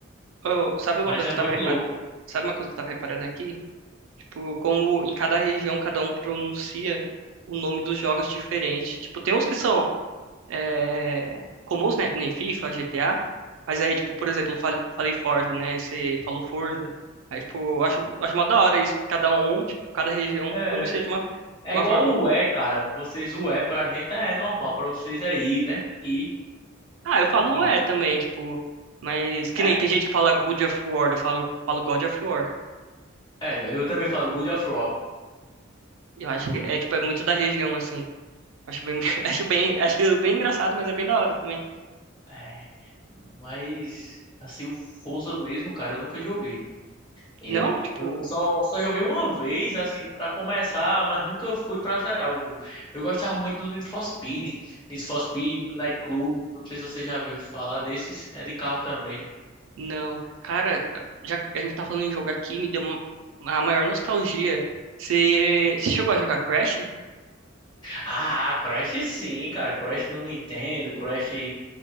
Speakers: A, on the right; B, on the left.
A: eu- sabe uma
B: Mas
A: coisa
B: é
A: que eu
B: muito
A: tava reparando?
B: louco.
A: Sabe uma coisa que eu tava reparando aqui? Tipo, como em cada região cada um pronuncia o nome dos jogos diferente. Tipo, tem uns que são é, comuns, né? que Nem FIFA, GTA. Mas aí, tipo, por exemplo, eu fal- falei Forza, né? Aí você falou Forza. Aí, tipo, eu acho, acho mó da hora isso, que cada um, tipo, cada região
B: É,
A: pronuncia de uma, de
B: é igual
A: uma forma.
B: o U E, cara. Vocês, o Wii pra gente é normal, pra vocês é I, né? I,
A: Ah, eu falo
B: I.
A: é também, tipo. Mas que
B: É,
A: nem tem gente que fala God of War, eu falo, falo God of War.
B: é, eu também falo Good of War.
A: Eu acho
B: Good.
A: que é, tipo, é muito da região, assim. Acho bem, <laughs> acho bem, acho bem engraçado, mas é bem da hora também.
B: É, mas, assim, o Forza mesmo, cara, eu nunca joguei. Ele.
A: Não, tipo,
B: Eu só, só joguei uma vez, assim, pra começar, mas nunca fui pra zerar o jogo. Eu gostava muito do Need for Speed. Need for Speed, Midnight Club. Não sei se você já viu falar desses. É de carro também.
A: não. Cara, já que a gente tá falando em jogo aqui, me deu uma- a maior nostalgia. Você você chegou a jogar Crash?
B: Ah, Crash sim, cara. Crash no Nintendo, Crash,